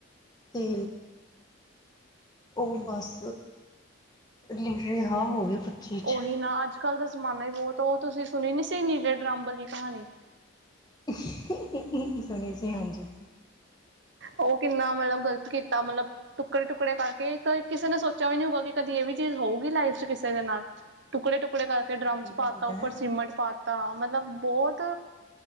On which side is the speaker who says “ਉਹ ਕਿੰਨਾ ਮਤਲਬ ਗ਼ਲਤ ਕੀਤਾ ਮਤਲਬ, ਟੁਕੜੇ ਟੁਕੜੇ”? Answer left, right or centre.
Right